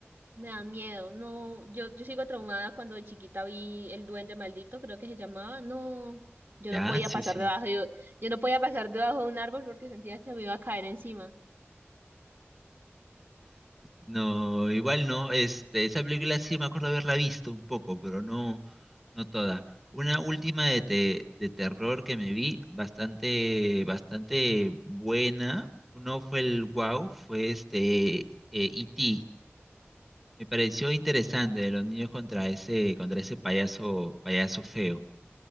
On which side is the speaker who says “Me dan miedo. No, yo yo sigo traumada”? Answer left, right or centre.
Right